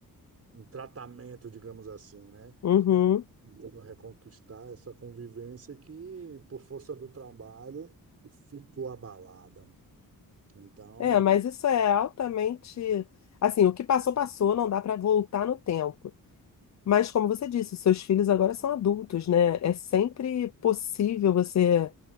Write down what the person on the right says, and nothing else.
em tratamento, digamos assim, né?
Tentando reconquistar essa convivência que, por força do trabalho, ficou abalada. Então,